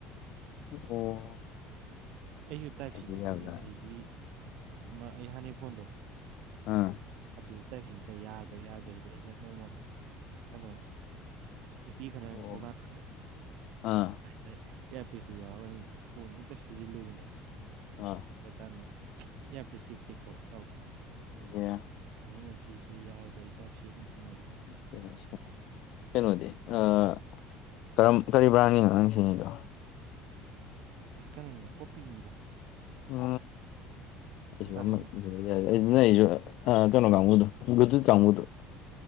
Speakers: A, on the left (about 55°); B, on the right (about 60°).
A: ꯑꯣ
B: ꯑꯩꯁꯨ ꯇꯥꯏꯞ
A: ꯑꯗꯨ
B: ꯁꯤꯅꯤ
A: ꯌꯥꯕ꯭ꯔꯥ
B: ꯊꯤꯜꯂꯤꯖꯦ ꯑꯩꯒꯤ ꯑꯃ ꯑꯩ ꯍꯥꯟꯅꯩ ꯐꯣꯟꯗꯣ
A: ꯑꯥ
B: ꯑꯗꯨ ꯇꯥꯏꯞꯁꯤꯅꯦ <unintelligible> ꯌꯥꯗ꯭ꯔ ꯌꯥꯗ꯭ꯔꯦ ꯍꯥꯏꯗꯤ ꯑꯩꯅ ꯅꯣꯡꯃ ꯀꯩꯅꯣ ꯅꯨꯄꯤ ꯈꯠꯅꯔ
A: ꯑꯣ
B: ꯏꯁꯧ ꯂꯥꯡꯕꯗꯣ__
A: ꯑꯥ
B: <unintelligible> ꯏꯌꯥꯔꯄꯤꯁꯁꯦ ꯌꯥꯎꯔꯒ ꯑꯩꯅ ꯐꯣꯟ ꯍꯦꯛꯇ ꯁꯨꯖꯤꯜꯂꯨꯕꯅꯦꯕ
A: ꯑꯥ
B: ꯑꯗꯨꯀꯥꯟꯗ ꯏꯌꯥꯔꯄꯤꯁꯀꯤ ꯇꯦꯛꯊꯣꯛꯈ꯭ꯔꯕ
A: ꯑꯗꯨꯒ
B: ꯃꯅꯨꯡ <unintelligible> ꯌꯥꯏꯔꯗꯤ ꯑꯩ ꯇꯥꯏꯞꯁꯤ ꯑꯗꯨꯝ ꯁꯤꯟꯅꯅꯤ
A: <unintelligible> ꯀꯩꯅꯣꯗꯤ ꯑꯥ ꯀꯔꯝ ꯀꯔꯤ ꯕ꯭ꯔꯥꯟꯒꯤꯅꯣ ꯅꯪ ꯁꯤꯖꯤꯟꯅꯩꯗꯣ
B: ꯑꯁ ꯀꯩꯅꯣꯅꯦ ꯀꯣꯄꯤꯅꯤꯗ
A: ꯑ ꯑꯩꯁꯨ__
B: ꯑꯇꯥꯡꯕ
A: <unintelligible> <unintelligible>